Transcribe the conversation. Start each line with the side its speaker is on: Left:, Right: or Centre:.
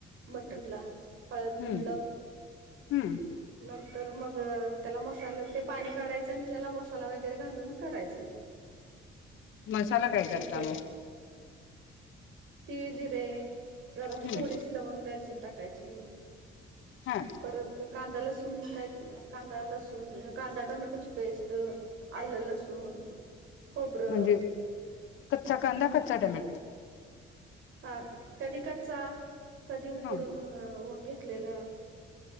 Right: मटन ला हळद
Left: हम्म
Right: मीठ लावून
Left: हम्म
Right: नंतर मग त्याला मसाल्या ते पाणी काढायचं त्याला मसाला वगैरे घालून करायचा
Left: मसाला काय
Right: मिक्सर
Left: करता मग?
Right: तीज रे जर असं
Left: हम्म
Right: थोडीशी लवंग दालचीन टाकायचे ह्
Left: हा
Right: परत कांदा लसूण काय कांदा लसूण कांदा टोमॅटोची पेस्ट आलं लसूण खोबरं
Left: म्हणजे कच्चा कांदा क टमॅट्रो
Right: हा कधी कच्चा कधी उकडून
Left: हा
Right: घेतलेलं